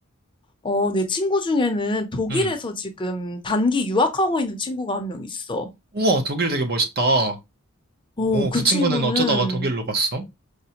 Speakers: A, on the left; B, on the right.
A: 어, 내 친구 중에는 독일에서
B: 음.
A: 지금 단기 유학하고 있는 친구가 한 명 있어.
B: 우와, 독일 되게 멋있다. 오,
A: 어, 그
B: 그
A: 친구는
B: 친구는 어쩌다가 독일로 갔어?